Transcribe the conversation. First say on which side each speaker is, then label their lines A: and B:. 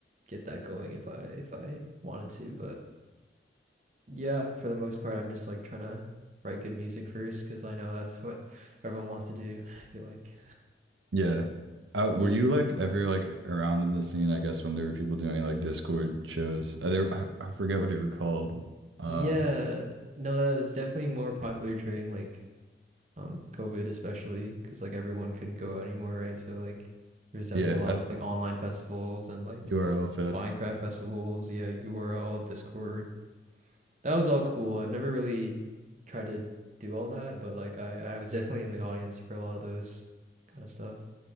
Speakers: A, on the right; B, on the right.
A: get that going if I if I wanted to but yeah, for the most part, I'm just like trying to write good music first because I know that's what everyone wants to do. <laughs> I feel like.
B: Yeah. Uh, were
A: Yeah.
B: you like ever like around in the scene? I guess when there were people doing like Discord shows, uh, they were, I, I forget what they were called. Uh,
A: Yeah. No, that was definitely more popular during like um COVID especially because like everyone couldn't go anymore, right? So like there was definitely
B: yeah,
A: a lot
B: at
A: of like online festivals and like
B: URL Fest.
A: Minecraft festivals, yeah, URL, Discord. That was all cool. I've never really tried to do all that, but like I I was definitely in the audience for a lot of those kind of stuff.